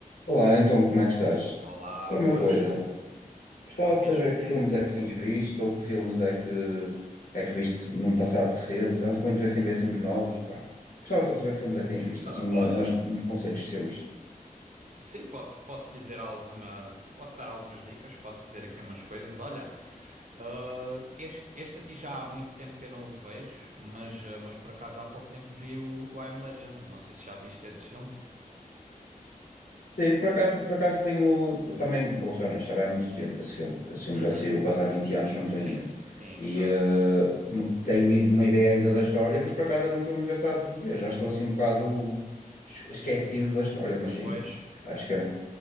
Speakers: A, on the left; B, on the right.
A: Olá, então como é que estás?
B: Olá,
A: Olha
B: boas.
A: Uma coisa, gostava
B: Estou fixe.
A: de saber que filmes é que tens visto ou que filmes é que é que viste num passado recente. Ando com interesse em ver filmes novos. pá. Gostava só de saber que filmes é que tens visto,
B: Ah,
A: assim, uma-
B: olha,
A: umas- uns conselhos de filmes.
B: sim, posso, posso dizer alguma. Posso dar algumas dicas, posso dizer aqui umas coisas. Olha, ah, este, este aqui já há muito tempo que eu não o vejo, mas, ah, mas por acaso há pouco tempo vi o, o I Am Legend. Não sei se já viste esse filme.
A: Sim, por acaso, por acaso tenho também, vou ser honesto, já vai há muito tempo esse filme. Esse filme
B: Uhum.
A: já saiu quase há 20 anos, se não estou
B: Sim,
A: em erro.
B: sim,
A: E
B: já.
A: eh, m- tenho ido uma ideia ainda da história, mas por acaso era um filme engraçado de rever. Já estou assim um bocado es- esquecido da história, mas sim,
B: Pois.
A: acho que é um